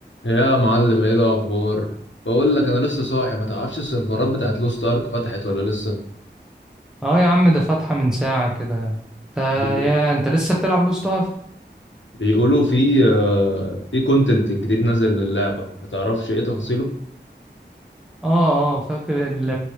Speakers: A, on the left; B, in the centre.
A: يا معلم ايه الاخبار بقول لك انا لسه صاحي ما تعرفش السيرفرات بتاعت لوست ارك فتحت ولا لسه
B: اه يا عم ده فاتحة من ساعة كده انت
A: بي...
B: يا انت لسه بتلعب لوست ارك
A: بيقولوا في آه، في كونتنت جديد نازل للعبه ما تعرفش ايه تفاصيله
B: اه اه فاكر ال